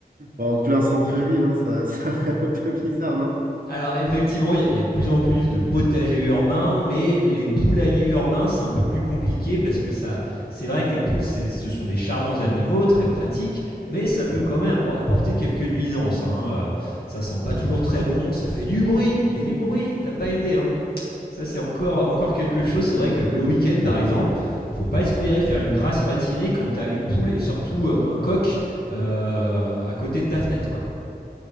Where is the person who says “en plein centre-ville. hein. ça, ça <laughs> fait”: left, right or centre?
Right